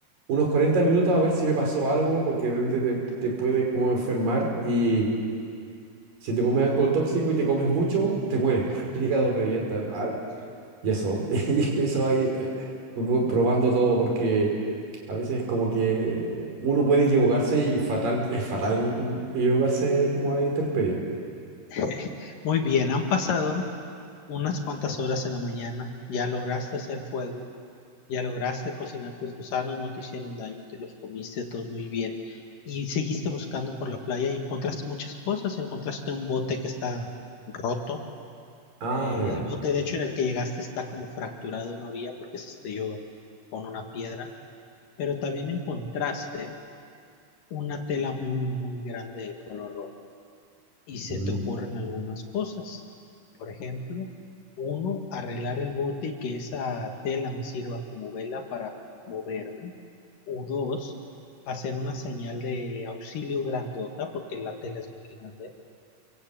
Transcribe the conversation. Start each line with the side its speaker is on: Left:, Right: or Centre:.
Right: unos 40 minutos a ver si me pasó algo, porque de repente te, te puedes como enfermar y si te comes algo tóxico y te comes mucho, te mueres <laughs> porque el hígado revienta. Ah, y eso, <laughs> y eso ahí, eh, vo- probando todo porque a veces como que uno puede equivocarse y fatal, es fatal mm, equivocarse como a la intemperie.
Left: <laughs> muy bien, han pasado unas cuantas horas en la mañana, ya lograste hacer fuego Ya lograste cocinar tus gusanos, no te hicieron daño, te los comiste todo muy bien. Y seguiste buscando por la playa y encontraste muchas cosas. Encontraste un bote que está roto.
Right: Ah,
Left: eh,
Right: ya.
Left: el bote, de hecho, en el que llegaste está como fracturado una orilla porque se estrelló con una piedra. Pero también encontraste una tela muy, muy grande de color rojo. Y se
Right: Mm.
Left: te ocurren algunas cosas. Por ejemplo, uno, arreglar el bote y que esa tela me sirva como vela para moverme o dos, hacer una señal de auxilio grandota, porque la tela es muy grande,